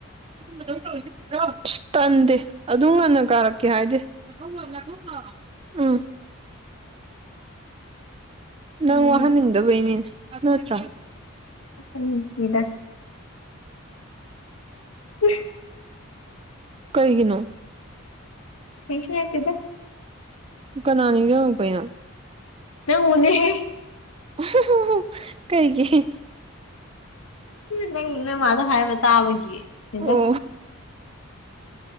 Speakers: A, on the right; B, on the left.
A: <unintelligible> ꯑꯁ ꯇꯟꯗꯦ ꯑꯗꯨꯝ ꯉꯟꯅ ꯀꯥꯔꯛꯀꯦ ꯍꯥꯏꯗꯤ <unintelligible> ꯎꯝ ꯅꯪ
B: ꯎꯝ
A: ꯋꯥꯍꯟꯅꯤꯡꯗꯕꯩꯅꯤꯅꯦ ꯅꯠꯇ꯭ꯔ
B: ꯑꯁ ꯁꯤꯅꯤꯗ <unintelligible>
A: ꯀꯩꯒꯤꯅꯣ
B: <unintelligible>
A: ꯀꯅꯥ ꯅꯤꯡꯖꯪꯉꯛꯄꯩꯅꯣ
B: ꯅꯪꯕꯨꯅꯦꯍꯦ
A: <unintelligible> ꯀꯩꯒꯤ
B: ꯅꯪ ꯅꯣꯏ ꯃꯥꯗ ꯍꯥꯏꯕ ꯇꯥꯕꯒꯤ ꯀꯩꯕ
A: ꯑꯣ